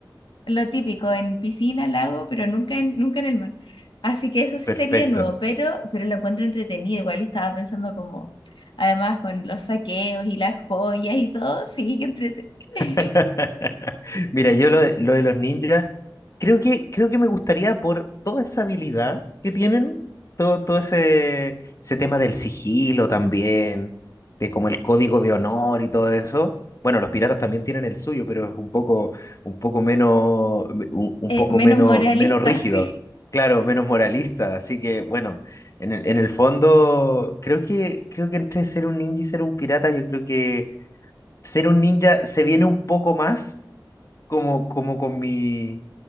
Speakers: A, on the left; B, on the left.
A: lo típico, en piscina, lago, pero nunca en, nunca en el mar. Así que eso sí
B: Perfecto.
A: sería nuevo, pero, pero lo encuentro entretenido. Igual estaba pensando como, además con los saqueos y las joyas y todo, sí, que entrete. <laughs>
B: <laughs> Mira, yo lo de, lo de los ninjas, creo que, creo que me gustaría por toda esa habilidad que tienen, todo, todo ese, ese tema del sigilo también, de como el código de honor y todo eso. Bueno, los piratas también tienen el suyo, pero es un poco, un poco menos, un, un
A: Eh,
B: poco
A: menos
B: menos,
A: moralista,
B: menos rígido,
A: <laughs> sí.
B: claro, menos moralista. Así que, bueno, en el, en el fondo, creo que, creo que entre ser un ninja y ser un pirata, yo creo que ser un ninja se viene un poco más como, como con mi,